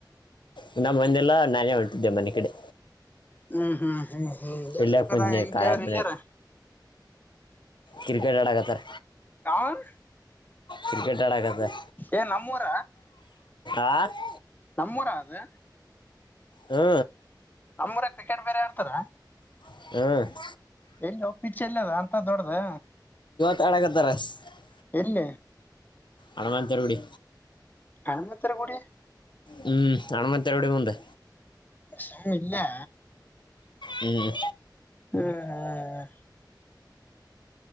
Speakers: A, on the left (about 85°); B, on the left (about 25°).
A: ಇನ್ನ ಬಂದಿಲ್ಲ ನಾನೇ ಹೊಂಟಿದ್ದೆ ಮನೆ ಕಡೆ
B: ಹ್ಮ್ ಹ್ಮ್ ಹ್ಮ್ ಹ್ಮ ದಸಕ
A: ಇಲ್ಲೇ ಕುಂತೀನಿ
B: ಹೆಂಗಕಾವ್ರ
A: ಕಾಳ್ಯಾರ
B: <unintelligible>
A: ಮನೆ
B: ಇಲ್ಲಾರ
A: ಕ್ರಿಕೆಟ್ ಆಡಕತಾರ
B: ಆ <inaudible>
A: ಕ್ರಿಕೆಟ್ ಆಡಕತ್ತಾರ
B: ಏ ನಮ್ಮೂರ
A: ಆ <inaudible>
B: ನಮ್ಮೂರ ಅದು
A: ಹ್ಞೂ
B: ನಮ್ಮೂರ ಕ್ರಿಕೆಟ್ ಬೇರೆ ಆಡ್ತಾರ
A: ಹ್ಮ್
B: ಎಲ್ಲಿ ಹ ಪಿಚ್ ಎಲ್ಲ ಅದ ಅಂತ ದೊಡ್ಡ್ದ
A: ತಡಗ ತರಸ್ <unintelligible>
B: ಇಲ್ಲ
A: ಹನುಮಂತ ಗುಡಿ
B: ಹನುಮಂತರ ಗುಡಿ
A: ಹ್ಮ್ ಹನುಮಂತರ ರೌಡಿ ಮುಂದೆ
B: ಸಮ <unintelligible> ಇಲ್ಲೇ
A: ಹ್ಮ್
B: ಹ್ಮ ಹಾ <inaudible>